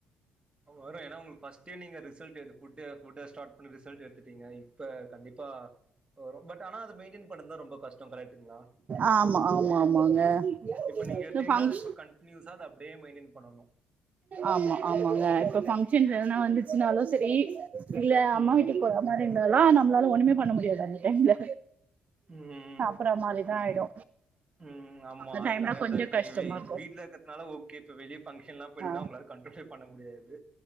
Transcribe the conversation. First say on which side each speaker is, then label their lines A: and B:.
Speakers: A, on the right; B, on the right.
A: வரும் ஏன்னா உங்களுக்கு ஃபஸ்ட டே நீங்க ரிசல்ட எடுத்து ஃபுட் ஃபுட் ஸ்டாட் பண்ணி ரிட்சல் எடுத்துட்டிங்க இப்ப கண்டிப் ப்ப வரு பட் ஆனா அத மெயின்டென் பண்ணதுதா ரொம்ப கஷ்ட கரெக்ட்டுங்களா
B: ஆம்ம்மா ஆமா ஆமாங்க
A: இப்ப நீங்க
B: இந்த
A: எத்தீங்கன்னா
B: ஃபங்ஷ்
A: அத இப்ப கண்டினியூஸா அத அப்டியே மெயின்டைன் பண்ணனும்
B: ஆமா ஆமாங்க இப்ப பங்க்ஷன்ஸ் எதுனா வந்துச்சுனாலும் சரி இல்ல அம்மா
A: ம்
B: வீட்டுக்கு போர மாதின்தாலா நம்லால ஒண்ணுமே பண்ண முடியாது அந்த டைம்ல
A: ம்
B: சாப்பற மாதிரிதா ஆயிடு
A: உம் ஆமா
B: அந்த
A: அதுக்கரட்
B: டைம்ல கொஞ்சோ
A: தா இப்ப
B: கஷ்டமா
A: நீங்க
B: இருக்கு
A: வீட்டுல இருக்க த்னால ஓகே இப்ப வெளிய பங்க்ஷன் எல்லா போயிருந்தா
B: ஆ
A: உங்ளால கண்ட்ரோலே பண்ண முடியாது